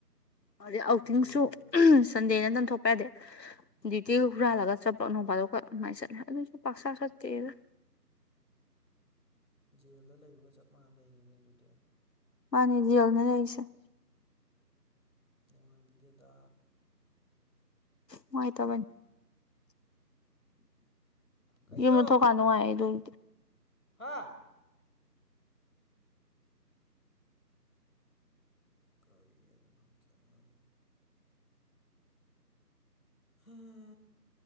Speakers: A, on the left (about 75°); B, on the left (about 55°).
A: ꯑꯗꯨꯗꯩ ꯑꯥꯎꯇꯤꯡꯁꯨ
B: ꯖꯦꯜꯗ
A: ꯁꯟꯗꯦ ꯅꯠꯇꯅ ꯊꯣꯛꯄ ꯌꯥꯗꯦ ꯗ꯭ꯌꯨꯇꯤ ꯍꯨꯔꯥꯜꯂꯒ
B: ꯎꯝ
A: ꯆꯠꯄ ꯅꯣꯡꯐꯥꯗꯣꯛ ꯍꯣꯏꯠ ꯑꯗꯨꯃꯥꯏ ꯆꯠꯂꯦ ꯑꯗꯨꯁꯨ ꯄꯥꯛꯁꯥ ꯆꯠꯇꯦꯗ
B: ꯖꯦꯜꯗ ꯂꯩꯕꯒ ꯆꯞ ꯃꯥꯟꯅ ꯂꯩꯔꯤꯅꯦ ꯑꯗꯨꯗꯤ
A: ꯃꯥꯅꯤ ꯖꯦꯜꯅꯦ ꯂꯩꯔꯤꯁꯦ
B: ꯅꯨꯡꯉꯥꯢꯕꯤꯗꯦꯗ
A: ꯅꯨꯡꯉꯥꯢ ꯇꯕꯅꯤ
B: ꯀꯩꯅꯣ
A: ꯌꯨꯝꯒ ꯊꯣꯛ ꯀꯥꯟ ꯅꯨꯡꯉꯥꯏ ꯑꯗꯨꯝ
B: ꯍꯥꯥ ꯀꯥꯔꯤ ꯍꯥꯢꯅꯣ ꯈꯪꯗꯦ ꯑꯉꯥꯡꯅꯤ ꯍꯨꯝ